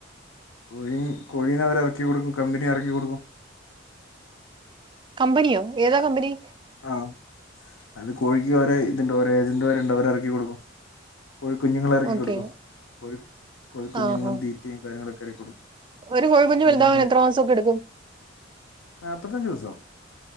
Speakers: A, on the left; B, on the right.
A: കോഴി കോഴീനെ അവർ ഇറക്കി കൊടുക്കും കമ്പനി ഇറക്കി കൊടുക്കും
B: കമ്പനിയോ ഏതാ കമ്പനി
A: ആഹ അത് കോഴിക്ക് വരെ ഇതുണ്ട് ഏജന്റ് വരുണ്ട അവര് ഇറക്കി കൊടുക്കും കോഴിക്കുഞ്ഞുങ്ങളൾ ഇറക്കി
B: ഓക്കെ
A: കൊടുക്കും കോഴി കോഴിക്കുഞ്ഞുങ്ങളും
B: ആഹാ
A: തീറ്റയും കാര്യങ്ങളൊക്കെ ഇറക്കി കൊടുക്കും
B: ഒരു കോഴിക്കുഞ്ഞ്
A: മരുന്ന്
B: വലുതാവാൻ എത്ര മാസമൊക്കെ എടുക്കും
A: നാല്പ്പത്തഞ്ച് ദിവസമാണ്